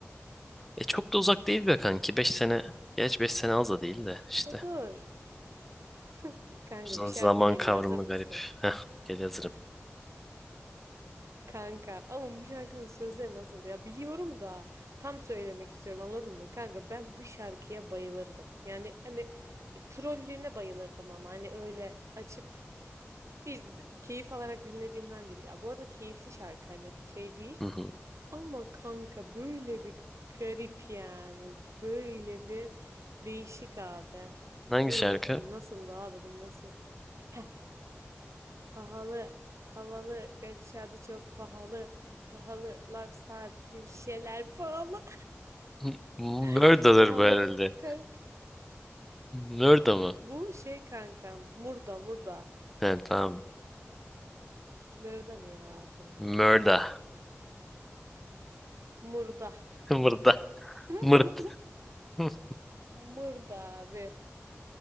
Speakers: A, in the centre; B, on the right (about 80°).
A: E çok da uzak değil be kanki. 5 sene. Geç beş sene az da değil de işte.
B: E doğru. <laughs> Kanka
A: Z-
B: bir şarkı
A: Zaman
B: geliyor
A: kavramı
B: hazır mısın?
A: garip. Heh, gel hazırım.
B: Kanka ama bu şarkının sözleri nasıl ya biliyorum da tam söylemek istiyorum anladın mı? Kanka ben bu şarkıya bayılırdım. Yani hani e, trollüğüne bayılırdım ama hani öyle açıp Biz de- keyif alarak dinlediğimden değil. Ya bu arada keyifli şarkı hani şey değil.
A: Hı hı.
B: Ama kanka böyle bir garip yani. Böyle bir değişik abi.
A: Hangi
B: Dur
A: şarkı?
B: bakayım nasıldı abi bu nasıl? Heh, pahalı, havalı, gidişatı çok pahalı. Pahalı lifestyle bütün şeyler pahalı.
A: M- Murda'dır
B: <laughs> Pahalı
A: bu herhalde.
B: kanka.
A: Murda mı?
B: Bu şey kanka murda murda.
A: He, tamam.
B: Murda ne ya abi?
A: Murda.
B: Murda.
A: <laughs> Murda.
B: <laughs>
A: Mırda. <laughs>
B: Murda abi.